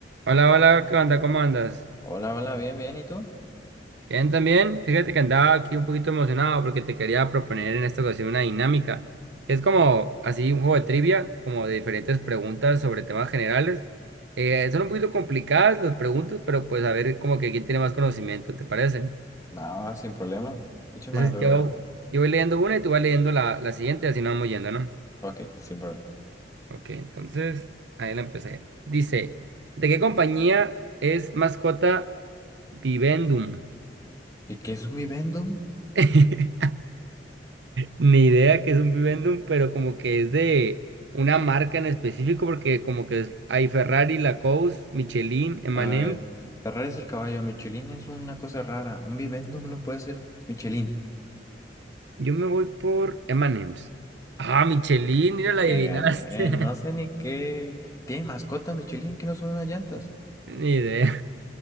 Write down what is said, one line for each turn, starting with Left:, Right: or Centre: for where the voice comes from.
Right: Hola, hola, ¿qué onda? ¿Cómo andas?
Left: Hola, hola, bien, bien, ¿y tú?
Right: Bien, también. Fíjate que andaba aquí un poquito emocionado porque te quería proponer en esta ocasión una dinámica. Es como así un juego de trivia, como de diferentes preguntas sobre temas generales. Eh, son un poquito complicadas las preguntas, pero pues a ver como que quién tiene más conocimiento, ¿te parece?
Left: Nada, sin problema. Échame
Right: Entonces
Left: la primera.
Right: yo, yo voy leyendo una y tú vas leyendo la, la siguiente, así nos vamos yendo, ¿no?
Left: Ok, sin problema.
Right: Ok, entonces ahí la empecé. Dice, ¿de qué compañía es mascota Vivendum?
Left: ¿Y qué es un vivendum?
Right: <laughs> Ni idea que es un Vivendum, pero como que es de una marca en específico, porque como que es- hay Ferrari, Lacoste, Michelin, M&M.
Left: A ver, Ferrari es el caballo, Michelin es una cosa rara. Un vivendum no puede ser Michelin.
Right: Yo me voy por M&M's. Ah, Michelin, mira, la
Left: Te
Right: adivinaste.
Left: gané, no sé
Right: <laughs>
Left: ni qué. ¿Tiene mascota Michelin que no son unas llantas?
Right: Ni idea.